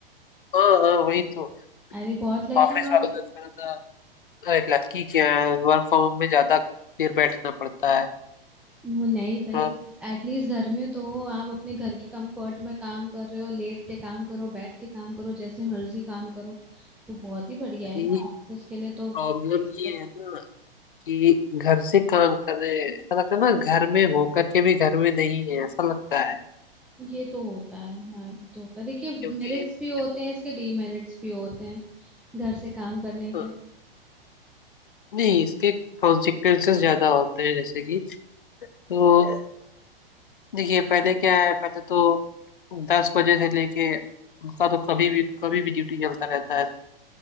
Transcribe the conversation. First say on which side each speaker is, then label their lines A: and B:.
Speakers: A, on the left; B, in the centre.
A: हाँ हाँ वही तो
B: अरे बहुत लकी
A: ऑफिस
B: हो
A: वाले
B: आप
A: ने
B: तो।
A: थोड़ा सा अरे लड़की क्या है वर्क फ्रॉम होम में ज्यादा देर बैठना पड़ता है
B: वो नहीं भाई
A: थोड़ा
B: एटलीस्ट घर में तो हो आप अपने घर के कंफर्ट में काम कर रहे हो लेट के काम करो बैठ के काम करो जैसे मर्जी काम करो तो बहुत ही बढ़िया
A: अरे
B: है ना ऑफिस के लिए तो बड़ी
A: प्रॉब्लम
B: दिक्कत
A: ये है ना कि घर से काम कर रहे हैं ऐसा लगता है ना घर में होकर के भी घर में नहीं है ऐसा लगता है
B: है। ये तो होता है हाँ ये तो होता है देखिए
A: क्योंकि
B: मेरिट्स भी होते
A: देखो,
B: हैं इसके डीमेरिट्स भी होते हैं घर से काम करने के
A: हाँ, नहीं इसके कॉन्सिक्वेंसेस ज्यादा होते हैं जैसे कि तो देखिए पहले क्या है पहले तो दस बजे से लेके उनका तो कभी भी कभी भी ड्यूटी चलता रहता है